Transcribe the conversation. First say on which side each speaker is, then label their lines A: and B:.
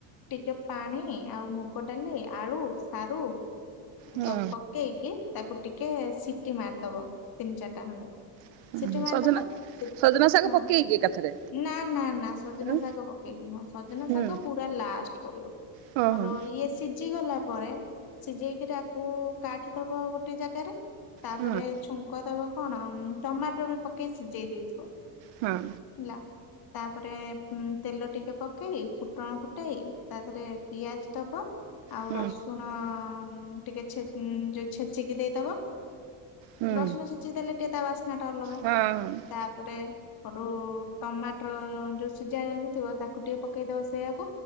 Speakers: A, on the left; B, on the right.
A: ଟିକେ ପାଣି ଆଉ ମୁଗ ଡାଲି ଆଳୁ ସାରୁ।
B: ହୁଁ।
A: ସବୁ ପକେଇକି ତାକୁ ଟିକେ ସିଟି ମାରିଦବ ତିନି ଚାରିଟା।
B: ହୁଁ
A: ସିଟି ମାରି
B: ସଜନା
A: ଦେଲ
B: ସଜନା ଶାଗ
A: ହଁ
B: ପକେଇକି ଏକାଥରେ
A: ନା ନା ନା ସଜନା
B: ହୁଁ
A: ଶାଗ ପକ ସଜନା
B: ହୁଁ।
A: ଶାଗ ପୁରା ଲାଷ୍ଟ ପଡିବ
B: ହଁ ହଁ
A: ଇଏ ସିଝି ଗଲା ପରେ। ସିଝେଇକିରି ଆକୁ କାଢି ଦବ ଗୋଟେ ଜାଗାରେ ତାପରେ
B: ହଁ
A: ଛୁଙ୍କ ଦବ। କଣ ଟମାଟର ବି ପକେଇ ସିଝେଇ ଦେଇଥିବ।
B: ହୁଁ
A: ହେଲା ତାପରେ ତେଲ ଟିକେ ପକେଇ ଫୁଟଣ ଫୁଟାଇ ତା ଦେହରେ ପିଆଜ ଦବ ଆଉ
B: ହୁଁ
A: ରସୁଣ। ହଁ ଟିକେ ଛେ ଯୋଉ ଛେଚିକି ଦେଇଦବ।
B: ହୁଁ
A: ରସୁଣ ଛେଚି ଦେଲେ ଟିକେ ତା ବାସ୍ନା ଟା ଅଲଗା
B: ହଁ ହଁ।
A: ତାପରେ ଗଟୁ ଟମାଟର ଯୋଉ ସିଝା ଯା ଥିବ ତାକୁ ଟିକେ ପକେଇ ଦବ ସେଇୟଆକୁ